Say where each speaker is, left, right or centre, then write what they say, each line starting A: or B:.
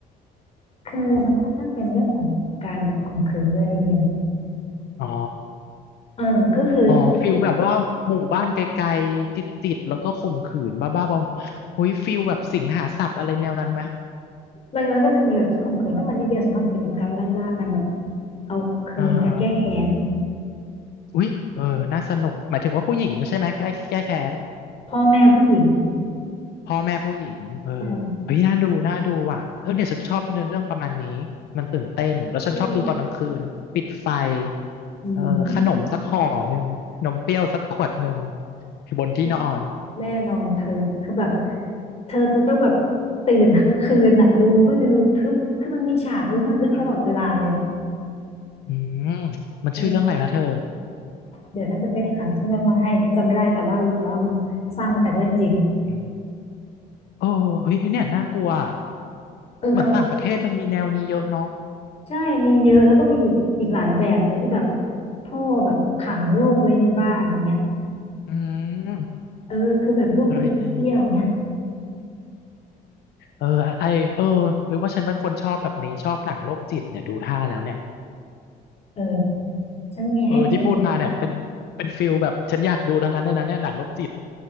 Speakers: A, on the left; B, on the left.
A: คือมันค่อนข้างเป็นเรื่องของการแบบข่มขืนด้วยนิดนึง
B: อ๋อ
A: เออก็คือ
B: อ๋อ ฟิลแบบว่าหมู่บ้านไกลๆ จิตๆ แล้วก็ข่มขืนบ้าๆบอๆอุ้ยฟิลแบบสิงหาสับอะไรแนวนั้นไหม
A: มันมันก็จะมีแบบข่มขืนเข้ามานิดเดียวสามารถเป็นแบบการไล่ล่ากันแบบเอาคืนการแก้แค้น
B: อ่าอุ้ยเออน่าสนุกหมายถึงว่าผู้หญิงใช่ไหมแก้แก้แค้น
A: พ่อแม่ผู้หญิง
B: พ่อแม่ผู้หญิงเออ
A: ใช่
B: เฮ้ยน่าดูน่าดูอ่ะเออเนี่ยฉันชอบเนื้อเรื่องประมาณนี้มันตื่นเต้นแล้วฉันชอบดูตอนกลางคืนปิดไฟ
A: นั่นแหละอืม
B: เออขนมสักห่อหนึ่งนมเปรี้ยวสักขวดหนึ่งอยู่บนที่นอน
A: แน่แน่นอนเธอคือแบบเธอจะต้องแบบตื่นทั้งคืนน่ะดูเพื่อดูคือคือมันมีฉากลุ้นระทึกตลอดเวลาเลยอ่ะ
B: เอออืมมันชื่อเรื่องอะไรนะเธอ
A: เออเดี๋ยวฉันจะไปหาชื่อเรื่องมาให้ฉันจำไม่ได้แต่ว่ารู้แต่ว่ามันสร้างมาจากเรื่องจริง
B: อืมโอ้เฮ้ยเนี่ยน่ากลัวอะ
A: เออเขา
B: เหมือนต่างประเทศมันมีแนวนี้เยอะเนาะ
A: ใช่มีเยอะแล้วก็มีอีกอีกหลายแบบเลยที่แบบพ่อแบบขังลูกไว้ในบ้านอย่างเงี้ย
B: อืม
A: เออคือแบบลูกจะไปเที่ยวอย่างเงี้ย
B: เอออันนี้เออไอเออหรือว่าฉันเป็นคนชอบแบบนี้ชอบหนังโรคจิตเนี่ยดูท่าแล้วเนี่ย
A: เออฉันมีให้เธอเยอะ
B: เออที่พูดมาเนี่ยเป็นเป็นฟิลแบบฉันอยากดูทั้งนั้นเลยนะเนี่ยหนังโรคจิต